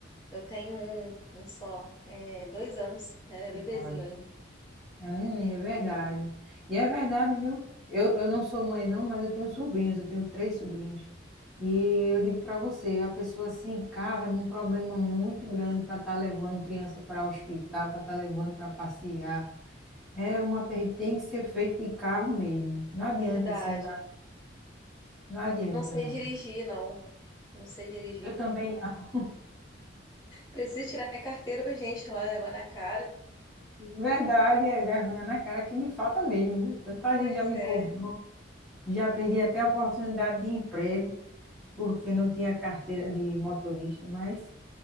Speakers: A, on the left; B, in the centre.
A: Eu tenho um, um só, é, dois anos, é bebezinho
B: Olha,
A: ainda.
B: é neném, é verdade. E é verdade, viu? Eu, eu não sou mãe, não, mas eu tenho sobrinhos, eu tenho três sobrinhos. E eu digo para você, a pessoa sem carro é um problema muito grande para estar levando criança para o hospital, para estar levando para passear. É uma perda, tem que ser feito de carro mesmo. Não adianta
A: Verdade.
B: você andar, não adianta,
A: Não sei
B: não.
A: dirigir, não. Não sei dirigir.
B: Eu também não.
A: Preciso tirar minha carteira urgente, tomar vergonha na cara.
B: Verdade, é vergonha na cara que me falta mesmo, viu? Tanta
A: Pois
B: gente já me
A: é,
B: cobrou. Já perdi até a oportunidade de emprego, porque não tinha carteira de motorista, mas